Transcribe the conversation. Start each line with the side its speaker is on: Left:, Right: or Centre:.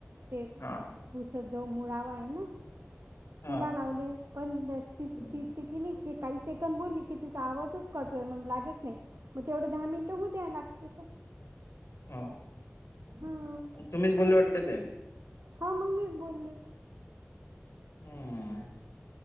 Right: ते
Left: हा
Right: पुस जो मुळावा आहे ना
Left: हा
Right: तिला लावले पण त ती
Left: हम्म
Right: ती कि नाही काही सेकड बोलली की तिचा आवाजच कट होयय मग लागेच नाही मग तेवढे दहा मिनिटं होऊ द्याय लागते
Left: ह
Right: हां
Left: तुम्हीच बोलले वाटत ते
Right: हां मग मीच बोल र
Left: हम्म